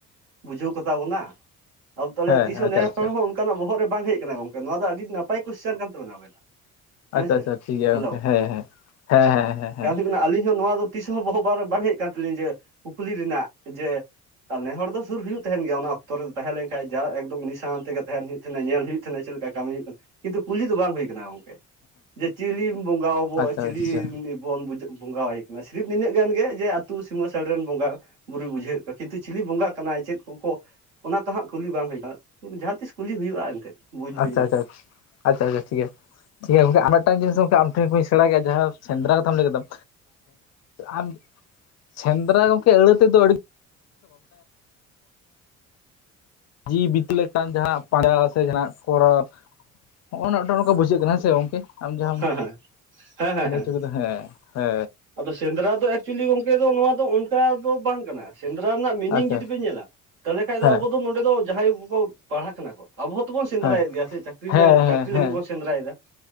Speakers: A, on the right; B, on the left.
A: ᱵᱩᱡᱷᱟᱹᱣ ᱠᱟᱛᱟ ᱵᱚᱱᱟ ᱟᱫᱚ ᱛᱟᱦᱚᱞᱮ
B: ᱦᱮᱸ
A: ᱛᱤᱥᱦᱚ
B: ᱟᱪᱪᱷᱟ
A: ᱱᱮ
B: ᱟᱪᱪᱷᱟ
A: ᱦᱚᱲ ᱦᱚ ᱚᱱᱠᱟᱱᱟᱜ ᱵᱚᱦᱚᱜ ᱨᱮ ᱵᱟᱝ ᱦᱮᱡ ᱟᱠᱟᱱᱟ ᱜᱚᱝᱠᱮ ᱱᱚᱣᱟ ᱫᱚ ᱟᱹᱰᱤ ᱱᱟᱯᱟᱭ ᱠᱚᱳᱥᱪᱟᱱ ᱠᱟᱱ ᱛᱟᱵᱮᱱᱟ ᱟᱵᱮᱱᱟ ᱟᱵᱮᱱᱟᱜ ᱦᱮᱥᱮ
B: ᱟᱪᱪᱷᱟ ᱟᱪᱪᱷᱟ ᱴᱷᱤᱠ ᱜᱮᱭᱟ
A: ᱦᱮᱞᱳ
B: ᱜᱚᱝᱠᱮ ᱦᱮᱸ ᱦᱮᱸ ᱦᱮᱸ ᱦᱮᱸ ᱦᱮᱸ ᱦᱮᱸ
A: ᱠᱟᱨᱚᱱ ᱦᱩᱭᱩᱜ ᱠᱟᱱᱟ ᱟᱹᱞᱤᱧ ᱦᱚ ᱱᱚᱣᱟ ᱫᱚ ᱛᱤᱥ ᱦᱚ ᱵᱚᱦᱚᱜ ᱵᱟᱨ ᱵᱟᱝ ᱦᱮᱡᱠᱟᱱ ᱛᱟᱞᱤᱧ ᱡᱮ ᱠᱩᱠᱞᱤ ᱨᱮᱱᱟᱜ ᱡᱮ ᱟᱞᱮ ᱦᱚᱲ ᱫᱚ ᱥᱩᱨ ᱦᱩᱭᱩᱜ ᱛᱟᱦᱮᱱ ᱜᱮᱭᱟ ᱚᱱᱟ ᱚᱠᱛᱚ ᱨᱮᱫᱚ ᱛᱟᱦᱮ ᱞᱮᱱ ᱠᱷᱟᱡ ᱡᱟ ᱮᱠᱫᱚᱢ ᱩᱱᱤ ᱥᱟᱶᱛᱮᱜᱮ ᱛᱟᱦᱮᱱ ᱦᱩᱭᱩᱜ ᱛᱟᱦᱮᱸᱱᱟ ᱧᱮᱞ ᱦᱩᱭᱩᱜ ᱛᱟᱦᱮᱱᱟ ᱪᱮᱫ ᱞᱮᱠᱟ ᱠᱟᱹᱢᱤ ᱦᱩᱭᱩᱜ ᱠᱟᱱ ᱠᱤᱱᱛᱩ ᱠᱩᱞᱤ ᱫᱚ ᱵᱟᱝ ᱦᱩᱭ ᱠᱟᱱᱟ ᱜᱚᱝᱠᱮ ᱡᱮ ᱪᱤᱞᱤ ᱵᱚᱸᱜᱟᱵᱚ
B: ᱟᱪᱪᱷᱟ
A: ᱪᱤᱞᱤ
B: ᱟᱪᱪᱷᱟ
A: ᱵᱚᱱ ᱵᱩᱡᱟ ᱵᱚᱸᱜᱟᱣᱟᱭ ᱠᱟᱱᱟ ᱥᱤᱨᱤᱯ ᱱᱤᱱᱟᱹ ᱜᱟᱱ ᱜᱮ ᱡᱮ ᱟᱹᱛᱩ ᱥᱤᱢᱟᱹ ᱥᱟᱹᱲᱮ ᱨᱮᱱ ᱵᱚᱸᱜᱟ ᱵᱩᱨᱩ ᱵᱩᱡᱷᱟᱹᱣᱮᱫ ᱠᱚᱣᱟ ᱠᱤᱱᱛᱩ ᱪᱤᱞᱤ ᱵᱚᱸᱜᱟ ᱠᱟᱱᱟᱭ ᱪᱮᱫ ᱠᱚᱠᱚ ᱚᱱᱟ ᱛᱚ ᱦᱟᱜ ᱠᱩᱞᱤ ᱵᱟᱝ ᱦᱩᱭ ᱠᱟᱱᱟ ᱡᱟᱦᱟ ᱛᱤᱥ ᱠᱩᱞᱤ ᱦᱩᱭᱩᱜ-ᱟ ᱮᱱᱛᱮᱫ ᱵᱩᱡ ᱦᱩᱭᱱᱟ
B: ᱟᱪᱪᱷᱟ ᱟᱪᱪᱷᱟ ᱟᱪᱷᱟ ᱟᱪᱪᱷᱟ ᱴᱷᱤᱠᱜᱮᱭᱟ ᱴᱷᱤᱠᱭᱟ ᱜᱚᱝᱠᱮ ᱟᱢᱟᱜ ᱢᱤᱫᱴᱟᱝ ᱡᱤᱱᱤᱥᱠ ᱚᱱᱠᱟ ᱟᱢ ᱴᱷᱮᱱ ᱠᱷᱚᱱᱤᱧ ᱥᱮᱬᱟ ᱠᱮ-ᱟ ᱡᱟᱦᱟ ᱥᱮᱸᱫᱽᱨᱟ ᱠᱟᱛᱢ ᱞᱟᱹᱭ ᱠᱮᱫᱟᱢ ᱟᱢ ᱥᱮᱸᱫᱽᱨᱟ ᱜᱚᱢᱠᱮ ᱟᱹᱲᱟᱹ ᱛᱮᱫᱚ ᱟᱹᱰᱤ...... ᱡᱤ ᱵᱤᱛ ᱞᱮᱠᱟᱱ ᱡᱟᱦᱟᱱᱟ ᱯᱟᱸᱡᱟ ᱥᱮ ᱡᱟᱦᱱᱟᱜ ᱠᱚᱨᱚᱣ ᱦᱚᱜ-ᱚᱱᱟᱴᱟ ᱱᱚᱝᱠᱟ ᱵᱩᱡᱷᱟᱹᱜ ᱠᱟᱱᱟ ᱦᱮᱸ ᱥᱮ ᱜᱚᱝᱠᱮ ᱡᱟᱦᱟᱢ
A: ᱦᱮᱸ ᱦᱮᱸ ᱦᱮᱸ ᱦᱮᱸ
B: ᱞᱟᱹᱭᱪᱚ
A: ᱦᱮᱸ
B: ᱠᱮᱫᱟ ᱦᱮ ᱦᱮ
A: ᱟᱫᱚ ᱥᱮᱸᱫᱽᱨᱟ ᱫᱚ ᱮᱠᱪᱩᱭᱮᱞᱤ ᱜᱚᱝᱠᱮ ᱫᱚ ᱱᱚᱣᱟ ᱫᱚ ᱚᱱᱠᱟ ᱫᱚ ᱵᱟᱝ ᱠᱟᱱᱟ ᱥᱮᱸᱫᱽᱨᱟ ᱨᱮᱱᱟᱜ ᱢᱤᱱᱤᱝ
B: ᱟᱪᱪᱷᱟ
A: ᱡᱩᱫᱤ ᱵᱮᱱ ᱧᱮᱞᱟ ᱛᱟᱦᱚᱞᱮ ᱠᱷᱟᱱ
B: ᱦᱮᱸ
A: ᱫᱚ ᱟᱵᱚ ᱫᱚ ᱱᱚᱰᱮ ᱫᱚ ᱡᱟᱦᱟᱸᱭ ᱠᱚᱠᱚ ᱯᱟᱲᱦᱟᱜ ᱠᱟᱱᱟ ᱠᱚ ᱟᱵᱚ ᱦᱚᱛᱚ ᱵᱚᱱ ᱥᱮᱸᱫᱽᱨᱟᱭᱮᱫ
B: ᱦᱮᱸ ᱦᱮᱸ
A: ᱜᱮᱭᱟ ᱥᱮ ᱪᱟᱹᱠᱨᱤ
B: ᱦᱮᱸ
A: ᱞᱟᱜ ᱪᱟᱹᱠᱨᱤ
B: ᱦᱮᱸ
A: ᱞᱟᱹᱜᱤᱫ
B: ᱦᱮᱸ ᱦᱮᱸ
A: ᱵᱚᱱ ᱥᱮᱸᱫᱽᱨᱟᱭᱮᱫᱟ